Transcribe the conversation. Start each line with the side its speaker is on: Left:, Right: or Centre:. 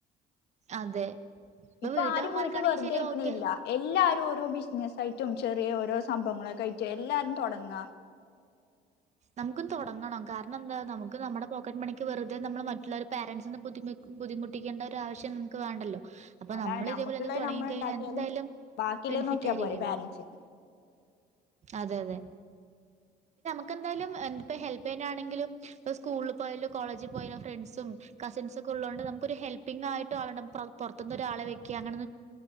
Right: അതെ
Left: ഇപ്പൊ
Right: വീട്ടമ്മമാർക്കാണെങ്കിൽ
Left: ആരും വീട്ട് വെറുതെ
Right: ശരി
Left: ഇരിക്കുന്നില്ല
Right: ഓക്കെ
Left: എല്ലാരും ഓരോ ബിസിന ആയിട്ട് ചറ്റും ചെറിയ ഓരോ സംഭവങ്ങളൊക്ക ആട്ട് എല്ലാരും തെടങ്ങ
Right: നമുക്കും തുടങ്ങണം കാരണം എന്താ നമുക്ക് നമ്മുടെ പോക്കറ്റ് മണിക്ക് വറുതെ നമ്മൾ മറ്റുള്ളൊരു പാരൻറിസിന്റെ ബുദ്ധിമി - ബുദ്ധിമുട്ടിക്കേണ്ട ഒരു ആശ്യം നമുക്ക് വേണ്ടല്ലോ? അപ്പൊ
Left: അതാണ്
Right: നമ്മൾ
Left: നമ്മുക്കുള്ളത്
Right: ഇതേപോലെത് തുടങ്ങി
Left: നമ്മൾ
Right: കഴിഞ്ഞാ
Left: ഉണ്ടാക്കിയാലും
Right: എന്തായാലും
Left: ബാക്കിയുള്ളത്
Right: ബെനിഫിറ്റ്
Left: നോക്കിയാ
Right: ആയിരിക്കും.
Left: പോരെ പാരൻറ്സിന്
Right: അതെ അതെ നുക്ക എന്തായാലും എ ഹെൽപ് ചെയ്യൻാണെങ്കിലും. ഇപ്പ സ്കൂളിൽ പോയാലോ കോളേജിൽ പോയാലോ ഫ്രണ്ട്സും കസിൻസ് ഒക്കെ ഉള്ളതൊണ്ട് നമുക്ക് ഒരു ഹെൽപ്പിംഗ ആയിട്ട് ആവണം പൊർ പുറത്തു ഒരാളെ വെക്ക അങ്ങനൊ